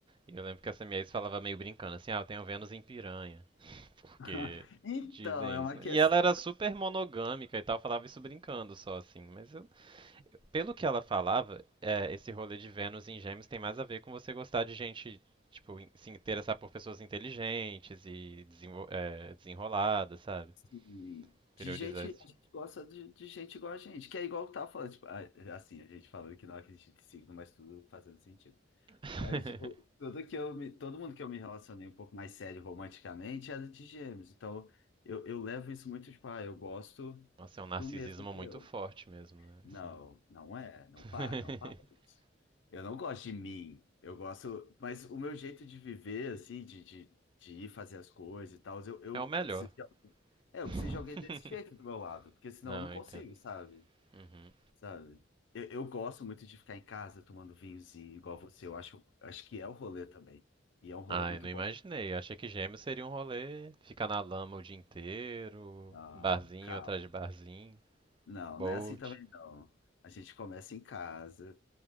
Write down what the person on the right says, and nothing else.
E eu lembro que essa minha ex falava meio brincando, assim, ah, eu tenho Vênus em piranha. Porque
dizem
isso. né?
E ela era super monogâmica e tal, falava isso brincando só assim. Mas eu- pelo que ela falava, é, esse rolê de Vênus em Gêmeos tem mais a ver com você gostar de gente, tipo, in- se interessar por pessoas inteligentes e desenvol- é, desenroladas, sabe?
Priorizar
esse
tipo.
<laughs>
Nossa, é um narcisismo
muito
forte mesmo, né?
Assim.
<laughs>
É o melhor.
<laughs>
Não,
eu entendo.
Uhum.
Ah,
eu não
imaginei. Eu achei que gêmeos seria um rolê, ficar na lama o dia inteiro,
barzinho
atrás de barzinho,
bolt.